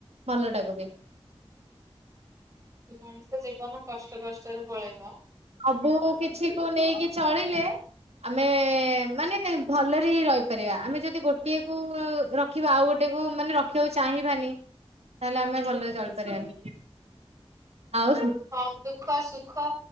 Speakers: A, on the right; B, on the right.
A: ଭଲଟାକୁ ବି
B: ମଣିଷ ଜୀବନ କଷ୍ଟ କଷ୍ଟରେ ପଳେଇବ।
A: ସବୁ କିଛି କୁ ନେଇକି ଚଳିଲେ ଆମେ ମାନେ ଭଲରେ ହିଁ ରହିପାରିବା ଆମେ ଯଦି ଗୋଟିଏ କୁ ର କିବା ଆଉ ଗୋଟେ କୁ ମାନେ ରଖିବାକୁ ଚାହିଁବାନି ତାହେଲେ ଆମେ ଭଲରେ ଚଳି ପାରିବାନି। ଆଉ
B: ହଁ ଦୁଃଖ ସୁଖ